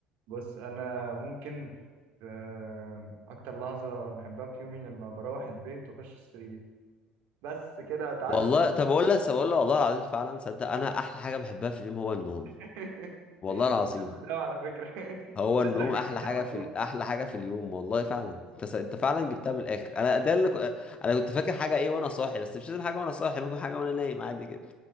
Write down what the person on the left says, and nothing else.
والله
طب اقول لك طب اقول لك والله العظيم فعلا صدق انا احلى حاجه بحبها في اليوم هو النوم
والله العظيم
هو
النوم
احلى حاجه
في
ال- احلى حاجه في اليوم والله فعلا انت س... انت فعلا جبتها من الاخر انا ده اللي ك... انا كنت فاكر حاجه ايه وانا صاحي بس مش لازم حاجه وانا صاحي ممكن حاجه وانا نايم عادي جدا